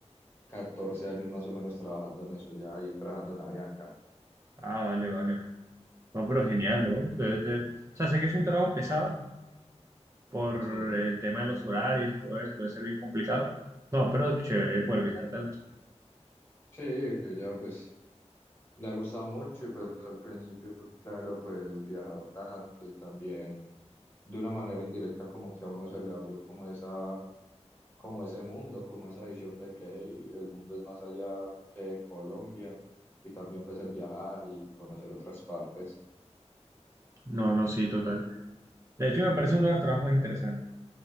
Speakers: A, on the left; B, on the right.
A: 14 años más o menos trabajando en eso ya y trabajando en Avianca.
B: Ah, vale, vale. No, pero genial, ¿no? Debe ser- O sea, sé que es un trabajo pesado por
A: Sí,
B: el tema de los horarios, todo eso, debe ser bien complicado. No, pero chévere poder viajar tanto.
A: sí, ella pues le ha gustado mucho y pues al principio, claro, pues viajar tanto y también de una manera indirecta como que a uno se le abrió como esa como ese mundo, como esa visión de que hey, el mundo es más allá que Colombia y también pues el viajar y conocer otras partes.
B: No, no, sí, total. De hecho, me parece uno de los trabajos más interesantes.